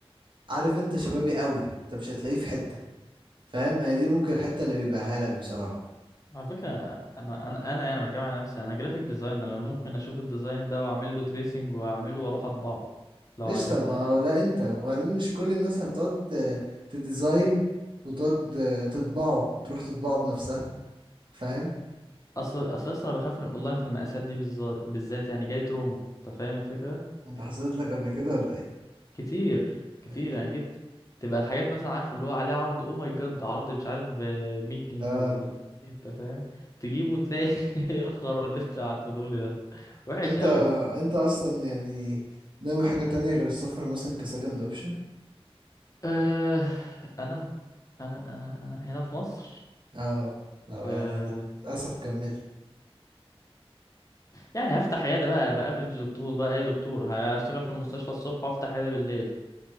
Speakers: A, on the right (about 50°); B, on the left (about 35°).
A: عارف انت شبابي قوي انت مش هتلاقيه في حتة فاهم هي دي ممكن الحتة اللي بيبيعها لك بصراحة
B: على فكره انا انا انا يعني بتكلم على نفسي انا جرافيك ديزاينر انا ممكن اشوف الديزاين ده واعمل له تريسنج واعمله واروح اطبعه لو
A: قشطة
B: عجبني
A: ما هو ده انت وبعدين مش كل الناس هتقعد ت- تديزاين وتقعد تطبعه وتروح تطبعه بنفسها فاهم
B: اصل اصل اصل انا بخاف من الاونلاين في المقاسات دي بالذ- بالذات يعني جالي تروما انت فاهم الفكره
A: انت حصلت لك قبل كده ولا ايه
B: كتير كتير
A: أيوة.
B: يعني جبت تبقى الحاجات مثلا عارف اللي هو عليه عرض او ماي جاد عرض مش عارف ب 100 جنيه
A: آه
B: ولا ب 200 جنيه، انت فاهم تجيبه وتلاقي <laughs> ايه الخرا اللي انت بعته لي ده وحش
A: انت
B: قوي
A: انت اصلا يعني ناوي حاجة تانية غير السفر مثلا كسكند اوبشن
B: أه انا انا انا انا هنا في مصر
A: اه لو يعني
B: أه
A: للأسف كملت
B: يعني هفتح عياده بقى يبقى افريج دكتور بقى اي دكتور
A: <laughs>
B: هشتغل في المستشفى الصبح وافتح عياده بالليل